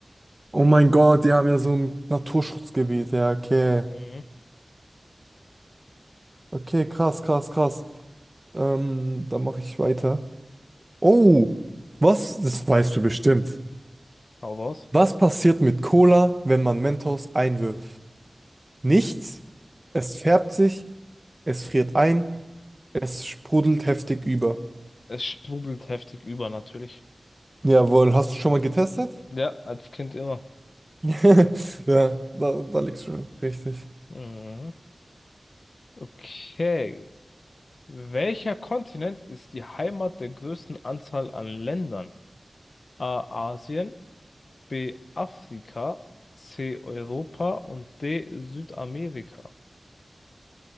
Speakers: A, on the right; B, on the left.
A: Oh mein Gott, die haben ja so ein Naturschutzgebiet. Ja, okay.
B: Mhm.
A: Okay, krass, krass, krass. Ähm, dann mache ich weiter. Oh, was? Das weißt du bestimmt.
B: Hau raus.
A: Was passiert mit Cola, wenn man Mentos einwirft? Nichts. Es färbt sich, es friert ein, es sprudelt heftig über.
B: Es sprudelt heftig über, natürlich.
A: Jawohl, hast du schon mal getestet?
B: Ja, als Kind immer.
A: <laughs> Ja, da, da liegst du richtig.
B: Mhm. Okay. Welcher Kontinent ist die Heimat der größten Anzahl an Ländern? A Asien, B Afrika, C Europa und D Südamerika.